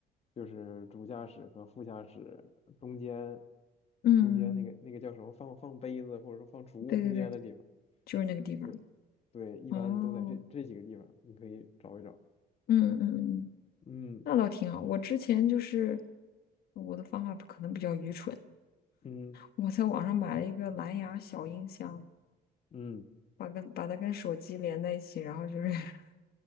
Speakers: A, on the left; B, on the left.
A: 就是主驾驶和副驾驶中间
B: 嗯
A: 中间那个那个叫什么放放杯子或者说放储物空间的地方，
B: 对对对，就是那个地方。
A: 对对，一般都在这这几个地方，
B: 哦，
A: 你可以找一找。
B: 嗯嗯嗯，嗯
A: 嗯
B: 那倒挺好。我之前就是我的方法可能比较愚蠢，
A: 嗯
B: 我在网上买了一个蓝牙小音箱，
A: 嗯，
B: 把跟把它跟手机连在一起，然后就是 <laughs>